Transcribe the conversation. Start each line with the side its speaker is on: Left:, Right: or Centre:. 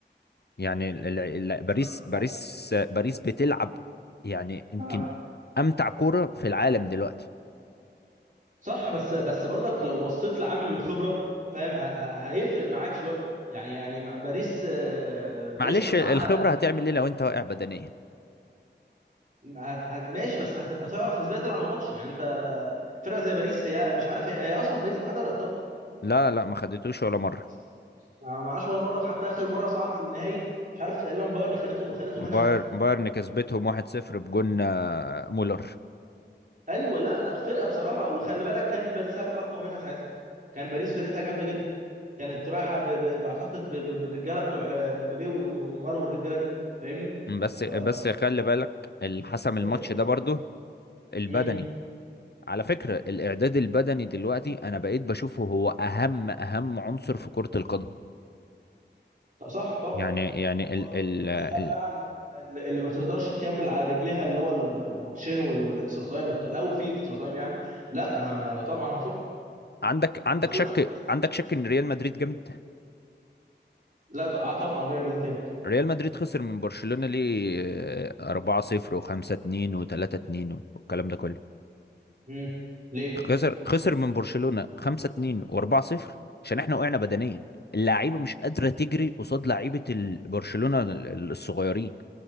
Left: يعني ال... ال... ال-
Right: اصل
Left: باريس
Right: اصل
Left: باريس باريس بتلعب يعني يمكن
Right: اه
Left: امتع كورة في العالم دلوقتي
Right: صح بس بس برضك لو بصيت لعامل الخبره فاهم ه- ه- هيفرق معاك شويه يعني يعني مع باريس آه، باريس
Left: معلش
Right: ما- معاها
Left: الخبرة هتعمل ايه لو انت واقع بدنيا
Right: هت- هت- ماشي بس هتبقى تعرف ازاي تلعب الماتش يعني انت فرقه زي باريس هي مش عارف هي, هي اصلا باريس معاها دوري ابطال
Left: لا لا ما خدتوش ولا مرة
Right: اسمع ما معاش ولا مره حتى اخر مره صعدت للنهائي مش عارف تقريبا بايرن خدته خدته منها
Left: باير بايرن كسبتهم 1-0 بجون آه، مولر
Right: ايوه لا لا فرقه بصراحه وخلي بالك كان باريس اقوى منها ساعتها كان باريس فرقتها جامده جدا كانت رايحه ب... ب... بعتقد ب... ب... بالرجاله بتوع آه، مبابي ون- ونيمار والرجاله دي فاهمني
Left: بس بس
Right: ف... ف...
Left: خلي بالك اللي حسم الماتش
Right: يعني يعني
Left: ده برضو البدني
Right: امم
Left: على فكرة الإعداد البدني دلوقتي أنا بقيت بشوفه هو أهم أهم عنصر في كرة القدم
Right: صح طبعا
Left: يعني يعني
Right: هو
Left: ال ال
Right: هو الفرقه
Left: ال
Right: فعلا لو ما- اللي ما تقدرش تكمل على رجليها اللي هو الم- الماتشين وال- والاكسترا تايم والك- لو في اكسترا تايم يعني لا ما... ما طبعا هتقع
Left: عندك عندك
Right: وخلي
Left: شك
Right: بالك يعني
Left: عندك شك إن ريال مدريد جامد
Right: لا ط- آه، طبعا ريال مدريد جامد
Left: ريال مدريد خسر من برشلونة ليه آه، 4-0 و5-2 و3-2 والكلام ده كله
Right: امم ليه
Left: خسر خسر من برشلونة 5-2 و4-0 عشان احنا وقعنا بدنيا اللعيبه مش قادره تجري قصاد لعيبه ال- برشلونة ال- ال- الصغيرين